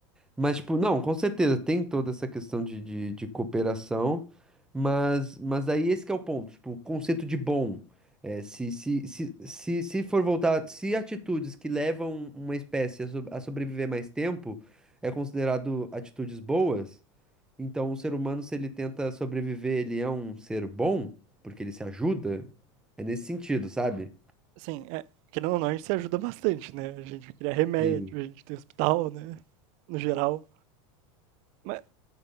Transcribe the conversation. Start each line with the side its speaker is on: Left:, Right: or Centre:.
Centre: Mas, tipo, não, com certeza, tem toda essa questão de, de, de cooperação, mas, mas aí esse que é o ponto, tipo, o conceito de bom. É, se, se, se, se, se for voltar, se atitudes que levam uma espécie a so- a sobreviver mais tempo é considerado atitudes boas, então o ser humano, se ele tenta sobreviver, ele é um ser bom, porque ele se ajuda, é nesse sentido, sabe?
Right: Assim, é, querendo ou não, a gente se ajuda bastante, né? A gente cria remédio,
Centre: Sim.
Right: a gente tem hospital, né? No geral. Mas